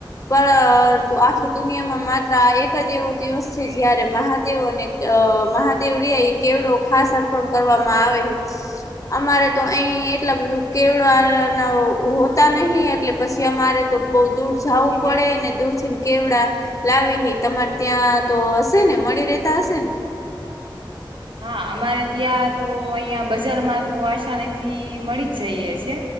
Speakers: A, on the left; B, on the right.
A: પર આખી દુનિયામાં માત્ર એક જ એવો દિવસ છે જયારે મહાદેવ અને મહાદેવ રિયા એ કેવડો ખાસ અર્પણ કરવામાં આવે અમારે તો અહી એટલા બધું કેવડવા ના હોતા નહિ એટલે પછી તમારે તો બોહ દૂર જાવું પડે ને દૂર થીને કેવડા લાવેહી તમારે ત્યાં તો હશે ને મળી રેતા હશેને.
B: હા અમારે ત્યાં તો અહિયાં બજારમાં તો આસાનીથી મળી જ જઈએ છે